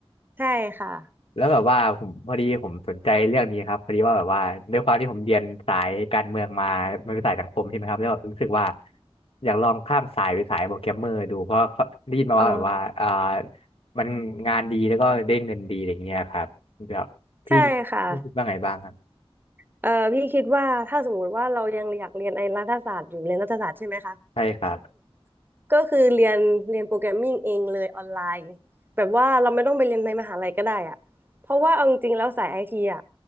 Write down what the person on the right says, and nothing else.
ใช่ค่ะ
อ๋อ
ใช่ค่ะเอ่อพี่คิดว่าถ้าสมมติว่าเรายังอยากเรียนไอ้รัฐศาสตร์อยู่เรียนรัฐศาสตร์ใช่ไหมคะ
<coughs> ก็คือเรียนเรียนโปรแกรมมิ่งเองเลยออนไลน์แบบว่าเราไม่ต้องไปเรียนในมหาลัยก็ได้อะเพราะว่าเอาจริงๆแล้วสายไอทีอะ